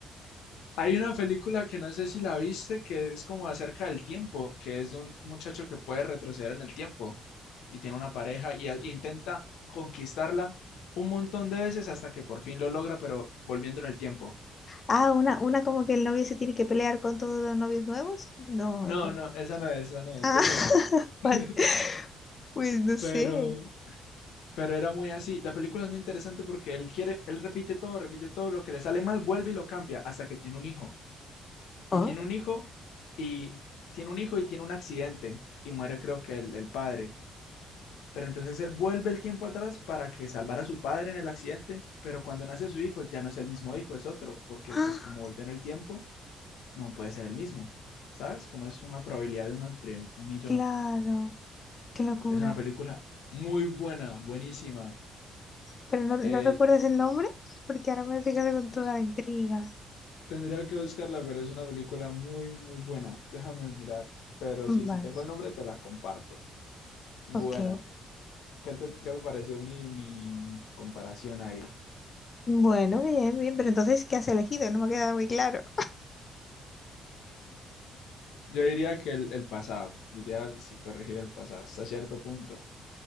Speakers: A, on the left (about 85°); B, on the left (about 35°).
A: Hay una película que no sé si la viste, que es como acerca del tiempo, que es de un muchacho que puede retroceder en el tiempo y tiene una pareja y, a- y intenta conquistarla un montón de veces hasta que por fin lo logra, pero volviendo en el tiempo.
B: Ah, una, una como que el novio se tiene que pelear con todos los novios nuevos. No,
A: No,
B: o sea.
A: no, esa no es, esa no es,
B: Ah,
A: es
B: <laughs>
A: otra.
B: vale.
A: <laughs>
B: Pues no sé.
A: Pero, pero era muy así. La película es muy interesante porque él quiere, él repite todo, repite todo, lo que le sale mal, vuelve y lo cambia hasta que tiene un hijo. Y
B: Oh,
A: tiene un hijo y tiene un hijo y tiene un accidente y muere creo que el, el padre. Pero entonces él vuelve el tiempo atrás para que salvara a su padre en el accidente, pero cuando nace su hijo ya no es el mismo hijo, es otro, porque
B: Ah,
A: pues como volvió en el tiempo, no puede ser el mismo, ¿sabes? Como es una probabilidad de uno entre un millón.
B: claro. Qué locura.
A: Es una película muy buena, buenísima.
B: Pero no, no
A: Eh,
B: recuerdas el nombre porque ahora me has dejado con toda la intriga.
A: tendría que buscarla, pero es una película muy, muy buena. Déjame mirar. Pero
B: Vale,
A: sí, si tengo el nombre, te la comparto. Bueno,
B: ok.
A: ¿qué te, qué te pareció mi, mi mi comparación ahí?
B: Bueno, bien, bien. Pero entonces, ¿qué has elegido? No me ha quedado muy claro.
A: Yo diría que el, el pasado, diría si corregir el pasado hasta cierto punto,